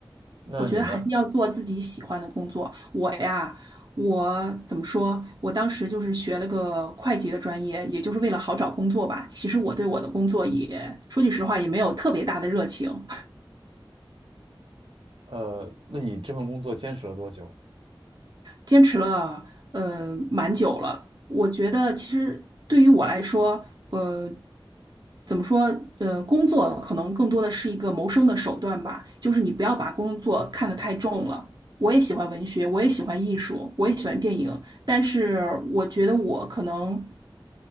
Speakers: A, on the right (about 75°); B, on the right (about 50°).
A: 那你呢？
B: 我觉得还是要做自己喜欢的工作。我呀，我怎么说？我当时就是学了个会计的专业，也就是为了好找工作吧。其实我对我的工作也，说句实话，也没有特别大的热情。
A: 呃，那你这份工作坚持了多久？
B: 坚持了呃蛮久了。我觉得其实对于我来说，呃，怎么说，呃，工作可能更多的是一个谋生的手段吧，就是你不要把工作看得太重了。我也喜欢文学，我也喜欢艺术，我也喜欢电影，但是我觉得我可能